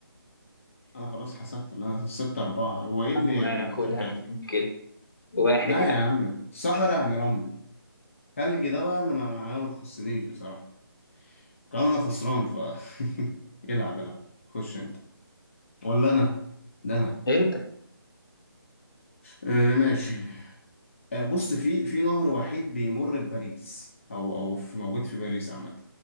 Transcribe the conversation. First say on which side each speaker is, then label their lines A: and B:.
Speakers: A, on the left; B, on the left.
A: انا خلاص حسبت اللي انا ستة اربعة هو ايه اللي
B: أما
A: انت
B: خدها
A: رجعت
B: مش
A: كده
B: مشكله واحد
A: لا
B: يعني
A: يا عم صحراء يعني رمل تلج ده بقى انا ما معايا ما تخصنيش بصراحة كان انا خسران ف <laughs> العب العب خش انت ولا انا ده انا
B: انت
A: آه ماشي آه بص في في نهر وحيد بيمر بباريس او او في موجود في باريس عامة